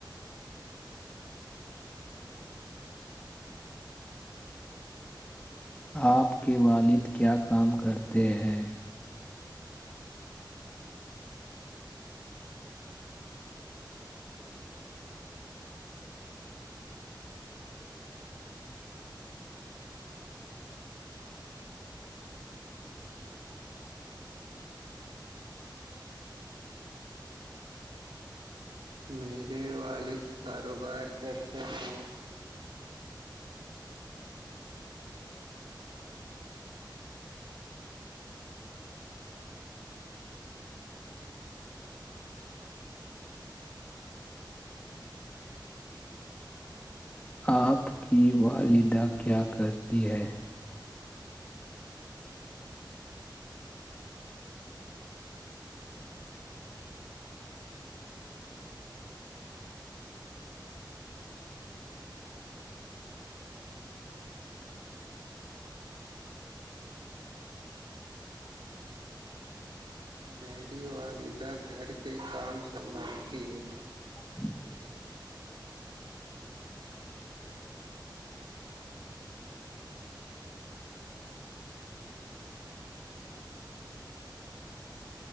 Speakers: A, on the left; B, on the right.
A: آپ کے والد کیا کام کرتے ہیں
B: میرے والد کاروبار کرتے ہیں
A: آپ کی والدہ کیا کرتی ہے
B: میری والدہ گھر کے کام سنبھالتی ہے
A: <inaudible>